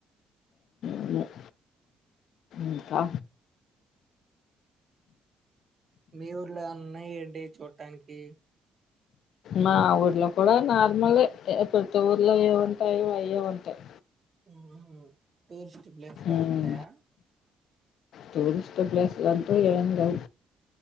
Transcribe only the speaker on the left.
ఉమ్ ఇంకా
మా ఊర్లో కూడా నార్మల్ ఏ ప్రతి ఊర్లో ఏం ఉంటాయో అవే ఉంటాయి
ఉమ్
టూరిస్ట్ ప్లేసులంటే ఏం లేవు